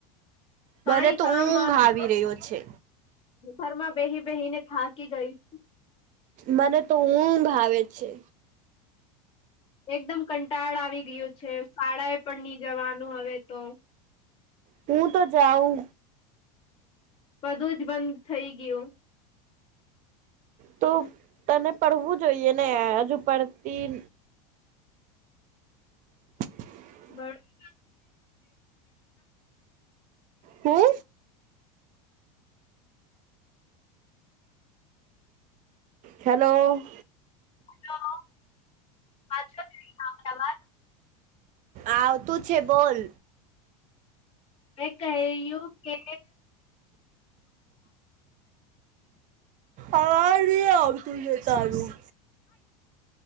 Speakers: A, on the left; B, on the right.
A: કઈ
B: મને તો
A: કામ
B: ઊંઘ
A: વામ
B: આવી
A: નહી
B: રહ્યો છે.
A: ઘરમાં બેહી-બેહી ને થાકી ગઈ.
B: મને તો ઊંઘ આવે છે.
A: એકદમ કંટાળ આવી ગયું છે, શાળાએ પણ ની જવાનું હવે તો.
B: હું તો જાઉં
A: બધું જ બંધ થઈ ગયું.
B: તો તને પડવું જોઈએ ને, હજુ પડતી <inaudible>
A: પડ
B: હું? હેલો?
A: હેલો. <inaudible>
B: આવતું છે બોલ.
A: મેં કહ્યું કે
B: અવાજ નહીં આવતું છે તારું.